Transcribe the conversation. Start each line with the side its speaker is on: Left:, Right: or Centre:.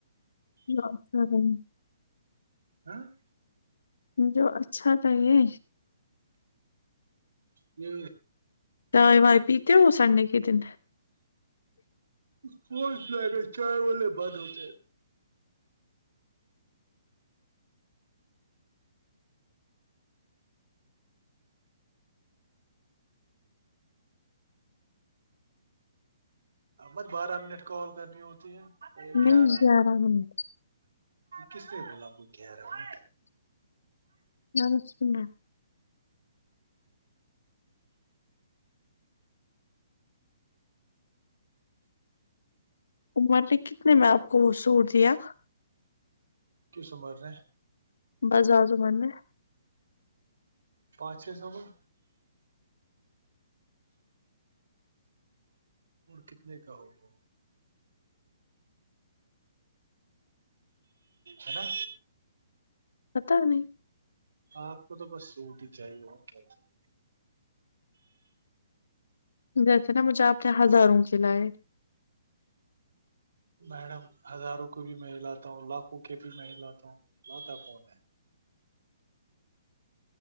Left: جو اچھا رہے
Right: ہے <inaudible>
Left: جو اچھا تھا یہ
Right: یہ
Left: چائے وائے پیتے ہو سنڈے کے دن
Right: فس جائے گا چائے والے بد ہوتے ہیں احمد بارہ منٹ کال کرنی ہوتی ہے
Left: نہیں
Right: گیارہ
Left: منٹ
Right: کس نے بولا کوئی کہہ رہا ہوں
Left: نمس <unintelligible> عمر نے کتنے میں آپ کو وہ سوٹ دیا
Right: کیوں سمج رہے ہیں
Left: بازار زمان میں
Right: پانچ چھ سو میں اور کتنے کا ہوگا ہے نا
Left: پتا نہیں
Right: آپ کو تو بس سوٹ ہی چاہیے اور کیا چاہیے
Left: جیسے نا مجھے آپ نے ہزاروں کے لائے
Right: میڈم ہزاروں کے بھی میں لاتا ہوں لاکھوں کے بھی میں لاتا ہوں لاتا کون ہے